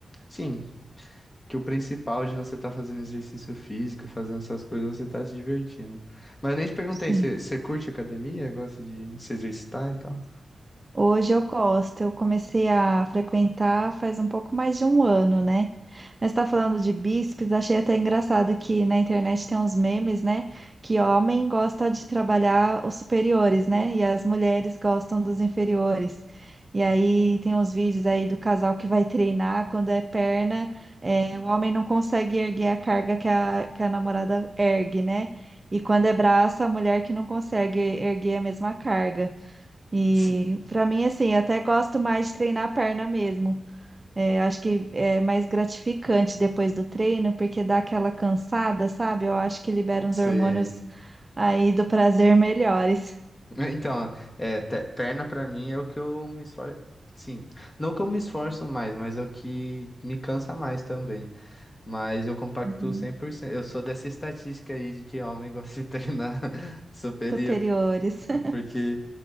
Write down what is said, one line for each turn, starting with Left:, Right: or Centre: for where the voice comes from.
Left: sim, que o principal de você estar fazendo exercício físico, fazendo essas coisas, você tá se divertindo. Mas eu nem te perguntei,
Right: sim.
Left: você você curte academia? Gosta de se exercitar e tal?
Right: Hoje eu gosto, eu comecei a frequentar faz um pouco mais de um ano, né? Mas tá falando de bíceps, achei até engraçado que na internet tem uns memes, né? Que homem gosta de trabalhar os superiores, né? E as mulheres gostam dos inferiores. E aí tem uns vídeos aí do casal que vai treinar, quando é perna, é, o homem não consegue erguer a carga que a, que a namorada ergue, né? E quando é braço, a mulher que não consegue erguer a mesma carga. E
Left: Se-
Right: para mim, assim, eu até gosto mais de treinar a perna mesmo. É, acho que é mais gratificante depois do treino, porque dá aquela cansada, sabe? Eu acho que libera uns
Left: se-
Right: hormônios aí do prazer melhores,
Left: Então, é, te- perna pra mim é o que eu me esforço. Sim, não que eu me esforço mais, mas é o que me cansa mais também. Mas eu compactuo
Right: uhum,
Left: 100%. Eu sou dessa estatística aí de que homem gosta de treinar <laughs> superior.
Right: superiores. <laughs>
Left: Porque